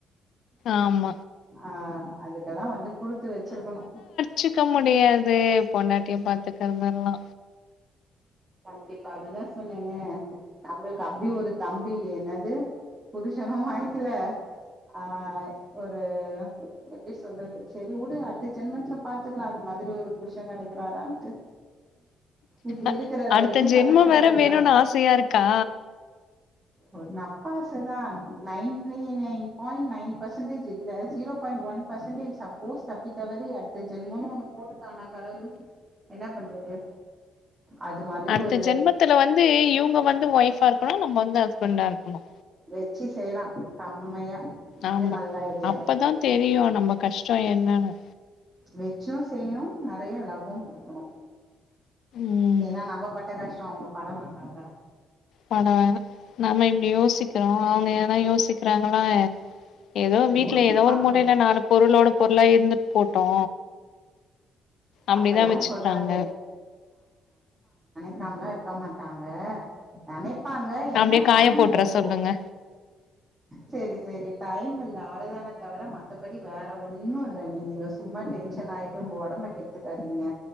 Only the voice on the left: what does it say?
ஆமா
ச்சுக்க முடியாது பொண்டாட்டிய பாத்துக்கறதுலல்லா
அ
அடுத்த
ஜென்மோ
வேற வேணுன்னு ஆசையா இருக்கா
அடுத்த
ஜென்மத்துல வந்து இவுங்க வந்து ஒய்ஃபா இரு க்கணு நம்ம வந்து ஹஸ்பண்டா இருக்கணு
ஆமா
அப்பதா தெரியு நம்ம கஷ்டோ என்னன்னு
ம்
வேண்டா வேண்டா நம்ப இப்டி யோசிக்கிறோ அவுங்க ஏதன யோசிக் க்கரங்களா ஏதோ வீட்ல
ஏதோ ஒரு மூலையல நாலு பொருளோட பொருளா இருந்துட்டு போட்டோ அப்டிதா
வச்சுக்கறாங்க
அப்டியே காய
போட்டுற
சொல்லுங்க